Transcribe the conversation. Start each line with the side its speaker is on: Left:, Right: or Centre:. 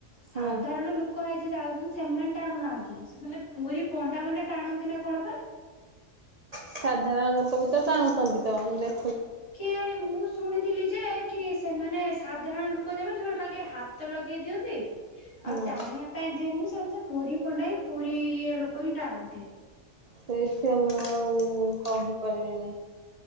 Left: ସାଧାରଣ
Right: ହଁ
Left: ଲୋକ ହେଇ ଯ ଯାଉଛନ୍ତି ସେମାନେ ଟାଣୁନାହାନ୍ତି ସେମାନେ। ପୁରୀ ପଣ୍ଡା ମାନେ ଟାଣନ୍ତି ନା କଣ ପା?
Right: ସାଧାରଣ ଲୋକ ବି ତ ଟାଣୁଛନ୍ତି ତ ଦେ
Left: କେଜାଣି ମୁଁ ଶୁଣିଥିଲି ଯେ କି ସେମାନେ ସାଧାରଣ ଲୁକ ଯୋଉମାନେ ସେମାନେ ଖାଲି ଟିକେ ହାତ ଲଗେଇ ଦିଅନ୍ତି
Right: ହୁଁ
Left: ଆଉ ଟାଣିଆ ପାଇଁ ପାଇଁ ଦିଅନ୍ତିନି ସେମାନେ ପୁରୀ ପଣ୍ଡା ହିଁ ପୁରୀ ଇଏ ଲୋକ ହିଁ ଟାଣନ୍ତି।
Right: ସେଇଥି ମୁଁ ଆଉ କହିପାରିବିନି।